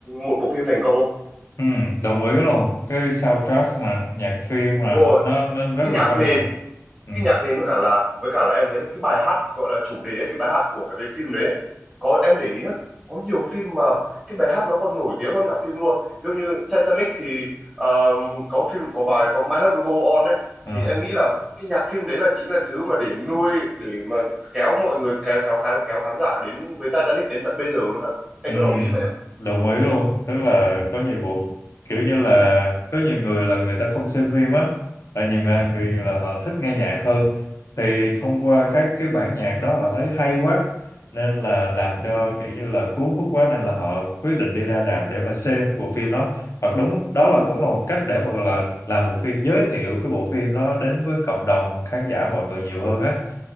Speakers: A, in the centre; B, on the left (about 65°).
A: một bộ phim thành công không?
B: ừ, đồng ý luôn cái soundtrack nè nhạc phim nè
A: Đúng Rồi,
B: nó nó rất
A: cái
B: là
A: nhạc
B: quan
A: nền
B: trọng ừ.
A: cái nhạc nền với cả là với cả là em thấy là cái bài hát gọi là chủ đề ấy, cái bài hát của cái, cái phim đấy ấy. có em để ý á, có nhiều phim mà cái bài hát nó còn nổi tiếng hơn cả phim luôn ví dụ như Titanic thì ờ, có phim có bài có My Heart Will Go On ấy
B: ừ.
A: thì em nghĩ là cái nhạc phim đấy là chính là thứ mà để nuôi để mà kéo mọi người kéo kéo khán kéo khán giả đến với Titanic đến tận bây giờ luôn á anh
B: Ừ,
A: có đồng ý vậy không
B: đồng ý luôn tức là có nhiều bộ kiểu như là có nhiều người là người ta không xem phim á là nhiều người, người là họ thích nghe nhạc hơn thì thông qua các cái bản nhạc đó họ thấy hay quá nên là làm cho kiểu như là cuốn hút quá nên là họ quyết định đi ra rạp để mà xem bộ phim đó hoặc đúng đó là cũng là một cách để mà gọi là làm bộ phim giới thiệu cái bộ phim đó đến với cộng đồng khán giả mọi người nhiều hơn á